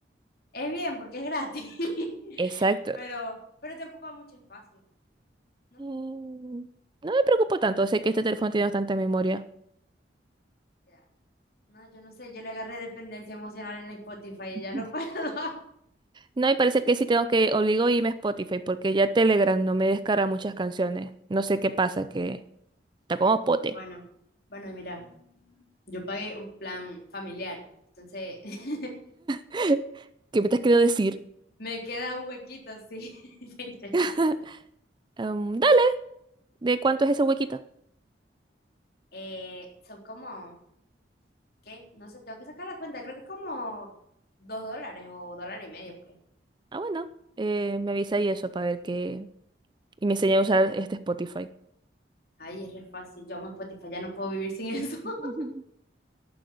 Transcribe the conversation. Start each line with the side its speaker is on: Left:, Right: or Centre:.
Left: es bien porque es gratis, <laughs>
Right: Exacto.
Left: pero, pero te ocupa mucho espacio, ¿no?
Right: Mm, No me preocupo tanto, sé que este teléfono tiene bastante memoria.
Left: Ya. No, yo no sé, yo le agarré dependencia emocional al Spotify y
Right: <laughs>
Left: ya no puedo. <laughs>
Right: No, y parece que sí tengo que obligo a irme a Spotify porque ya Telegram no me descarga muchas canciones. No sé qué pasa, que está como pote.
Left: Bueno, bueno, y mira, yo pagué un plan familiar, entonces <laughs>
Right: <laughs> ¿Qué me estás queriendo decir?
Left: me queda un huequito si <laughs> te interesa.
Right: <laughs> Em, dale, ¿de cuánto es ese huequito?
Left: Eh, son como, ¿qué? No sé, tengo que sacar la cuenta, creo que es como dos dólares o dólar y medio por ahí.
Right: Ah, bueno, eh, me avisa y eso para ver qué. Y me enseña a usar este Spotify.
Left: Ay, es re fácil. Yo amo Spotify, ya no puedo vivir sin eso. <laughs>
Right: <laughs>